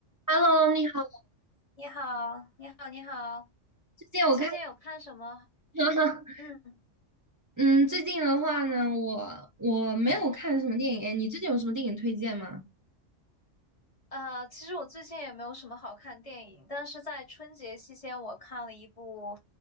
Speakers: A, on the right; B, on the left.
A: Hello，你好。
B: 你好，你好，你好，
A: 最近我看，
B: 你最近有看什么？
A: <laughs>
B: 嗯，
A: 嗯，最近的话呢，我我没有看什么电影。哎，你最近有什么电影推荐吗？
B: 呃，其实我最近也没有什么好看电影，但是在春节期间，我看了一部